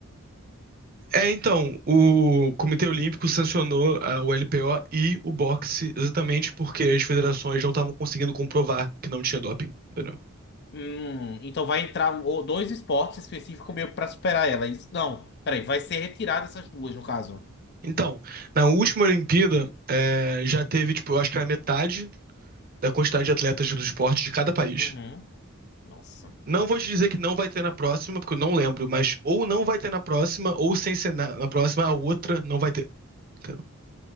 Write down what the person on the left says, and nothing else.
Hum, então vai entrar o- dois esportes específicos meio para superar ela. é Isso, não, peraí, vai ser retirada essas duas, no caso.
Uhum. Nossa.